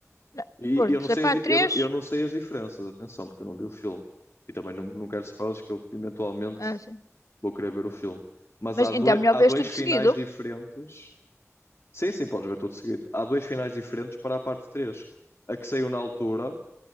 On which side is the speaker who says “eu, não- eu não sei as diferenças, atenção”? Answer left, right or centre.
Left